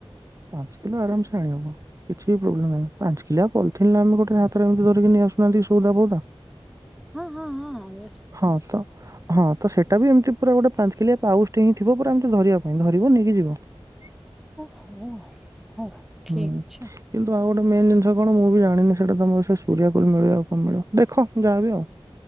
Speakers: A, on the right (about 35°); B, in the centre.
A: ପାଞ୍ଚ କିଲୋ ଆରାମସେ ଆଣି ହବ କିଛି ବି ପ୍ରୋବ୍ଲେ ନାହିଁ ପାଞ୍ଚ କିଲାଆ ପାଲଥିନ ଆମେ ଗୋଟେ। ଏମିତି ଧରିକି ଆସୁହାନ୍ତି ସଉଧା ବୋଧା।
B: ହଁ ହଁ ହଁ ବେଷ୍ଟ।
A: ହଁ ତ। ହଁ ତ ସେଇଟା ବି ଏମିତି ପୁରା ଗୋଟେ ପାଞ୍ଚ କିଲି ପାଉସଟି ହିଁ ଥିବ ପୁର ଏମତି ଧରିବା ପାଇଁ ଧରିବ ନେଇକି ଯିବ। <unintelligible>
B: ଓହୋ ହଉ
A: ହୁଁ।
B: ଠିକ ଅଛି ଆଉ।
A: କିନ୍ତୁ ଆଉ ଗୋଟେ ମେନ୍ ଜିନିଷ କଣ ମୁଁ ବି ଜାଣିନି ସେଟା ତମର ସେ ସୂର୍ଆ କୋଳି ମିଳିବ ଆଉ କଣ ମିଳିବ ଦେଖ ଯାହା ଆଉ।